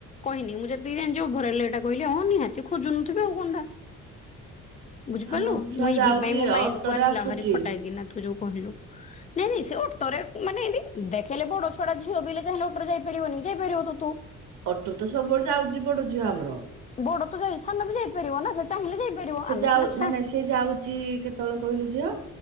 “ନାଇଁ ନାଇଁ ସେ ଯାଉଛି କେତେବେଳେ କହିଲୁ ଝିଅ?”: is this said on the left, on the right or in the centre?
Right